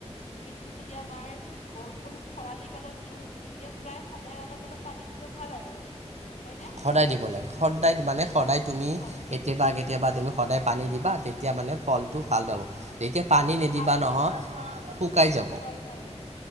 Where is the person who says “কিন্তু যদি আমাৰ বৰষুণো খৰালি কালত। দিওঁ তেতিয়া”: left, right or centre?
Left